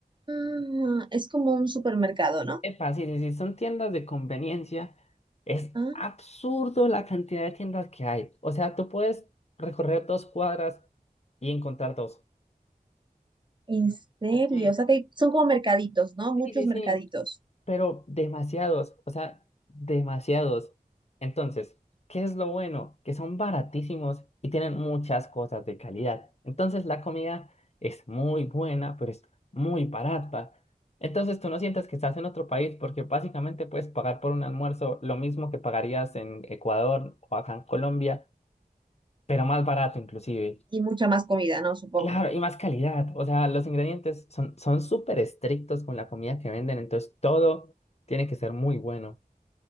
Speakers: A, on the right; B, on the left.
A: Ah, es como un supermercado,
B: Epa, sí, sí, sí, son tiendas de conveniencia. Es
A: ¿no?
B: absurdo la cantidad de tiendas que hay. O sea, tú puedes recorrer dos cuadras y encontrar dos.
A: En serio,
B: Ok.
A: o sea que son como mercaditos, ¿no? Muchos
B: Sí, sí, sí.
A: mercaditos
B: pero demasiados, o sea, demasiados. Entonces, ¿qué es lo bueno? Que son baratísimos y tienen muchas cosas de calidad. Entonces, la comida es muy buena, pero es muy barata. Entonces, tú no sientas que estás en otro país porque básicamente puedes pagar por un almuerzo lo mismo que pagarías en Ecuador o acá en Colombia, pero más barato inclusive.
A: y mucha más comida, ¿no? Supongo.
B: Claro, y más calidad. O sea, los ingredientes son son súper estrictos con la comida que venden, entonces todo tiene que ser muy bueno.